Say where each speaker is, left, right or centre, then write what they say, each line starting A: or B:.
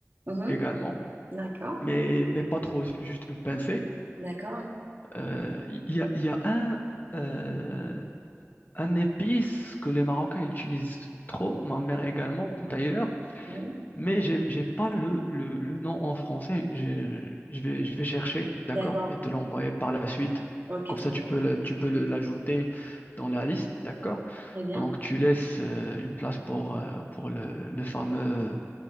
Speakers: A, on the right; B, on the left.
A: Mhm,
B: également,
A: D'accord,
B: mais mais pas trop, juste une pincée.
A: d'accord.
B: Euh, Il y a, il y a un euh, un épice que les Marocains ils utilisent trop, ma mère également d'ailleurs.
A: oui,
B: mais j'ai j'ai pas le, le, le nom en français. Je, je vais, je vais chercher,
A: D'accord.
B: d'accord? Et te l'envoyer par la suite.
A: Ok,
B: Comme
A: très
B: ça, tu
A: bien.
B: peux, le- tu peux le- l'ajouter dans la liste, d'accord?
A: Très bien.
B: Donc, tu laisses euh, une place pour, euh, pour le, le fameux